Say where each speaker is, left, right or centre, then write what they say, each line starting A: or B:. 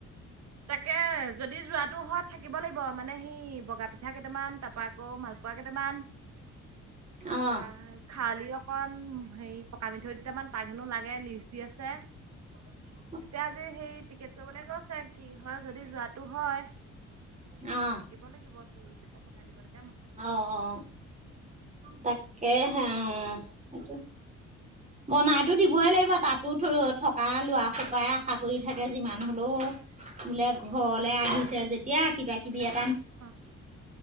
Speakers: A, on the right; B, on the right.
A: তাকে যদি যোৱাটো হোৱা থাকিব লাগিব মানে সেই বগা পিঠা কেইটামান তাৰপা কৌ মালপোৱা কেইটামান তাৰপা
B: অ
A: খাউলি অকন, হেৰি পকা মিঠৈ দুটামান তাক হেনো লাগে লিষ্ট দি আছে।
B: <unintelligible>
A: এতিয়া আজি সেই টিকেট কৰিবলৈ গৈছে কি হয়, যদি যোৱাটো হয়। তেতিয়া
B: অ
A: থাকিব লাগিব পিঠা বনাই দিবলে।
B: অ অ তাকেহে অ সেইটো বনাইতো দিবই লাগিব তাতোঁ থকা লৰা সোপাই আশা কৰি থাকে যিমান হলেওঁ। বোলে ঘৰলে
A: তাৰপা
B: আহিছে যেতিয়া কিবা কিবি এ-
A: অ